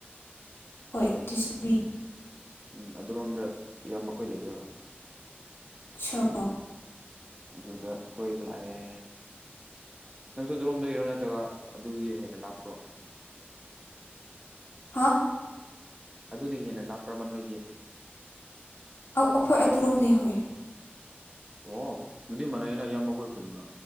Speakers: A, on the left (about 70°); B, on the right (about 20°).
A: ꯍꯣꯏ ꯇꯁꯃꯤ
B: ꯎꯝ ꯑꯗꯨꯔꯣꯝꯗ ꯌꯥꯝ ꯃꯈꯣꯏ ꯂꯩꯑꯦꯕ
A: ꯆ
B: ꯑꯗꯨꯗ ꯀꯣꯏꯕ ꯂꯥꯛꯑꯦ ꯅꯪꯁꯨ ꯗꯣꯔꯣꯝꯗ ꯏꯔꯣ ꯅꯠꯇ꯭ꯔꯒ ꯑꯗꯨꯒꯤ ꯍꯦꯟꯅ ꯂꯥꯞꯄ꯭ꯔꯣ
A: ꯍꯥꯥ
B: ꯑꯗꯨꯗꯤ ꯍꯦꯟꯅ ꯂꯥꯞꯄ꯭ꯔꯕ ꯅꯣꯏꯗꯤ
A: ꯑꯩꯈꯣꯏ ꯑꯗꯨꯔꯣꯝꯅꯦ ꯍꯣꯏ
B: ꯑꯣ ꯑꯗꯨꯗꯤ ꯃꯥꯅꯩꯅ ꯏꯌꯥꯝꯕ ꯍꯣꯏ ꯈꯨꯟꯒ